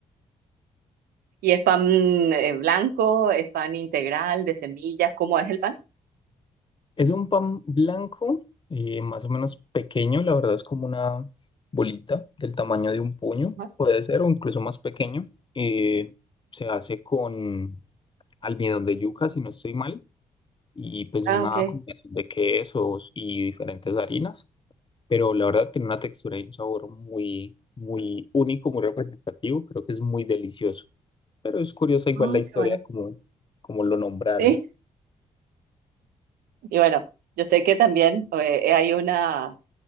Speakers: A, on the right; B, on the left.
A: ¿y es pan eh, blanco? ¿Es pan integral de semillas? ¿Cómo es el pan?
B: Es un pan blanco, eh, más o menos pequeño, la verdad es como una bolita del tamaño de un puño,
A: Ajá.
B: puede ser, o incluso más pequeño. Eh, se hace con almidón de yuca, si no estoy mal, y pues
A: Ah,
B: una
A: ok.
B: combinación de quesos y diferentes harinas, pero la verdad tiene una textura y un sabor muy, muy único, muy representativo, creo que es muy delicioso, pero es curioso igual
A: Ah,
B: la historia
A: qué bueno.
B: como, como lo nombraron.
A: Sí, y bueno, yo sé que también eh, hay una